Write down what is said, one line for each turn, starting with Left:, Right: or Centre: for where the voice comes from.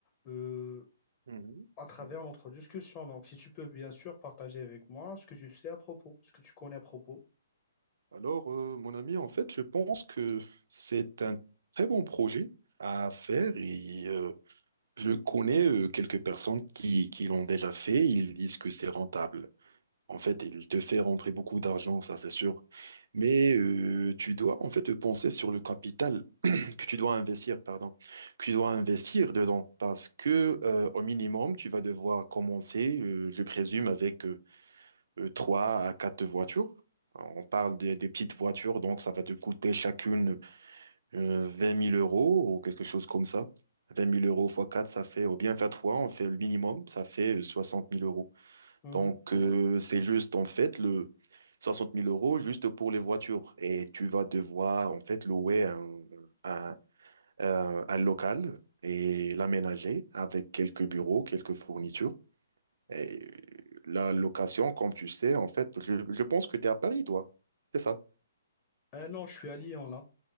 Left: euh,
Right: Mhm.
Left: à travers
Right: Mhm.
Left: notre discussion. Donc, si tu peux bien sûr partager avec moi ce que tu sais à propos, ce que tu connais à propos.
Right: Alors, euh, mon ami, en fait, je pense que c'est un très bon projet à faire et euh, je connais euh, quelques personnes qui, qui l'ont déjà fait. Ils disent que c'est rentable. En fait, il te fait rentrer beaucoup d'argent, ça c'est sûr. Mais euh, tu dois en fait penser sur le capital <clears throat> que tu dois investir, pardon, que tu dois investir dedans parce que euh, au minimum, tu vas devoir commencer, euh, je présume, avec euh, euh, trois à quatre voitures. On parle des, des petites voitures, donc ça va te coûter chacune euh, 20 000 euros ou quelque chose comme ça. vingt mille euros fois 4 ça fait, ou bien faire 3 on fait le minimum, ça fait euh, 60 000 euros.
Left: Mhm.
Right: Donc euh,
Left: Oui.
Right: c'est juste en fait le soixante mille euros juste pour les voitures. Et tu vas devoir en fait louer un, un, un- un local et l'aménager avec quelques bureaux, quelques fournitures. Et la location, comme tu sais, en fait, je, je pense que tu es à Paris, toi. C'est ça.
Left: Euh, non, je suis à Lyon là.